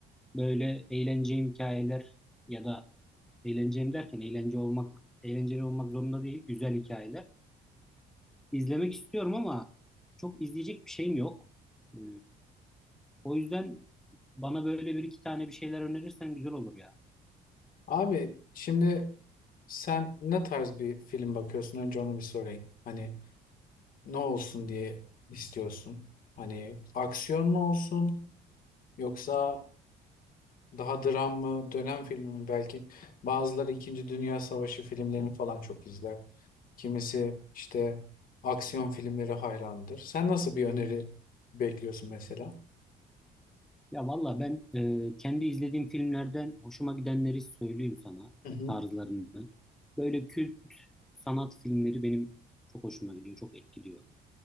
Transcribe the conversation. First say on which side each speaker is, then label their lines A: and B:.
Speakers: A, in the centre; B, on the left.
A: böyle eğleneceğim hikayeler ya da eğleneceğim derken eğlence olmak eğlenceli olmak zorunda değil güzel hikayeler izlemek istiyorum ama çok izleyecek bir şeyim yok. E, O yüzden bana böyle bir iki tane bir şeyler önerirsen güzel olur ya.
B: Abi şimdi sen ne tarz bir film bakıyorsun? Önce onu bir sorayım. Hani ne olsun diye istiyorsun? Hani aksiyon mu olsun yoksa Daha dram mı, dönem filmi mi belki. Bazıları İkinci Dünya Savaşı filmlerini falan çok izler. Kimisi işte aksiyon filmleri hayrandır. Sen nasıl bir öneri bekliyorsun mesela?
A: Ya valla ben e, kendi izlediğim filmlerden hoşuma gidenleri söyleyeyim sana
B: Hı hı.
A: e, tarzlarını. Böyle kült sanat filmleri benim çok hoşuma gidiyor, çok etkiliyor.